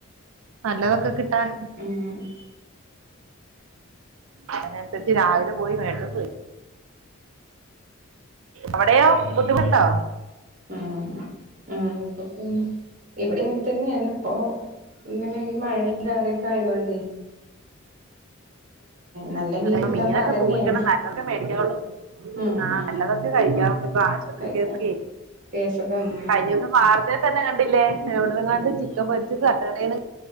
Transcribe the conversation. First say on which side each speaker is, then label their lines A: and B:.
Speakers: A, on the right; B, on the right.
A: നല്ലതൊക്കെ കിട്ടാൻ
B: ഉം
A: അതിനനുസരിച്ച് രാവിലെ പോയി മേടിച്ചോണ്ട് വരും അവിടെയോ ബുദ്ധിമുണ്ടോ
B: ആഹ് ആഹ് ഇപ്പ ഇവിടെങ്ങെ തന്നെയാണ് ഇപ്പൊ ഇങ്ങനെ ഈ മഴന്താരൊക്കെ ആയത് കൊണ്ട് നല്ല മീൻ
A: അത
B: കിട്ടാൻ
A: മീനൊക്കെ
B: പാടന്നെയാണ്
A: സൂക്ഷിക്കണം നല്ലതൊക്കെ മേടിക്കാവുള്ളൂ
B: ഉം
A: ആഹ്
B: ഉം
A: നല്ലതൊക്കെ കഴിക്കാവണ്ട് ഇപ്പൊ ആശുപത്രിക്ക്
B: കഴിക്കാം കേസൊക്കെ ഉം
A: കഴിഞ്ഞൊന്ന് മാ ഇ തന്നെ കണ്ടില്ലേ എവിട്ന്നങ്ങാണ്ട് ചിക്കൻ പൊരിച്ചത് തട്ടടയിന്ന്